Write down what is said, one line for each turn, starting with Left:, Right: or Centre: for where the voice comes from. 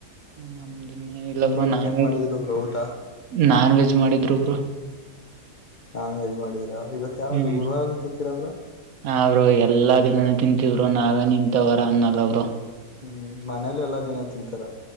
Right: ನಮ್ದ ಇನ್ನೇನಿಲ್ಲಬ್ರು
Left: ನಿಮ್ ಮನೇಲಿ
Right: ನಾನ್
Left: ಏನ್
Right: ವೆಜ್
Left: ಮಾಡಿದ್ರು ಬ್ರೋ ಊಟ
Right: ನಾನ್ ವೆಜ್ ಮಾಡಿದ್ರು ಬ್ರೋ
Left: ನಾನ್ ವೆಜ್ ಮಾಡಿದ್ರ ಇವತ್ ಯಾವಾರು
Right: ಹ್ಮ್
Left: ಗುರುವಾರ ಅಂತ ತಿತಿರ ಅವ್ರರು
Right: ಹಾ ಬ್ರೋ ಎಲ್ಲಾ ದಿನಾನ ತಿಂತಿದ್ರು ನಾವೇ ನಿಂತವರ ಅನ್ನಲ್ಲ ಅವರು
Left: ಹ್ಮ್ ಮನೇಲಿ ಎಲ್ಲ ದಿನ ತಿಂತಾರ